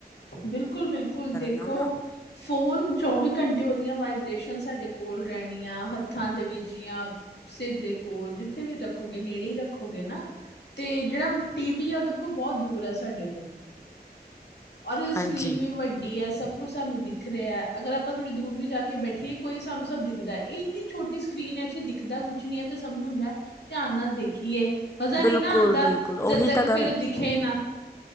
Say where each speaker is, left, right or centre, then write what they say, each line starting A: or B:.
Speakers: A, on the left; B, on the left.
A: ਬਿਲਕੁਲ - ਬਿਲਕੁਲ ਦੇਖੋ
B: ਨਾਲ ਨਾ
A: ਫੋਨ ਚੌਵੀ ਘੰਟੇ - ਦੀਆਂ ਵਾਈਬ੍ਰੇਸ਼ਨ ਸਾਡੇ ਕੋਲ ਰਹਿਣੀਆਂ ਹੱਥਾਂ ਦੇ ਵਿੱਚ ਜਾਂ ਸਿਰ ਦੇ ਕੋਲ ਜਿੱਥੇ ਵੀ। ਰੱਖੋਗੇ ਨੇੜੇ ਹੀ ਰੱਖੋਗੇ ਨਾ। ਤੇ ਜਿਹੜਾ ਟੀ ਵੀ ਆ ਉਹ ਦੇਖੋ ਬਹੁਤ ਦੂਰ ਹੈ ਸਾਡੇ ਤੋਂ। ਉਹਦੀ
B: ਹਾਂਜੀ
A: ਸਕਰੀਨ ਵੀ ਵੱਡੀ ਹੈ ਸਭ। ਕੋਈ ਸਾਨੂੰ ਦਿਖ ਰਿਹਾ ਅਗਰ ਆਪਾਂ ਥੋੜ੍ਹੀ ਦੂਰ ਵੀ ਜਾ ਕੇ ਬੈਠੀਏ ਕੋਈ ਸਾਨੂੰ ਸਭ ਦਿਖ ਦਾ ਇਹ ਇੰਨੀ ਛੋਟੀ ਸਕਰੀਨ। ਵੈਸੇ ਦਿਖਦਾ ਕੁਛ ਨੀ ਹੈ ਫਿਰ ਸਭ ਨੂੰ ਹੁੰਦਾ ਧਿਆਨ ਨਾਲ ਦੇਖੀਏ। ਮਜ਼ਾ
B: ਬਿਲਕੁਲ
A: ਨਹੀਂ ਨਾ ਆਉਂਦਾ
B: ਬਿਲਕੁਲ ਉਹੀ
A: ਜਦ ਤੱਕ
B: ਤਾਂ ਗੱਲ
A: ਫੇਰ ਉਹ ਦਿਖੇ ਨਾ।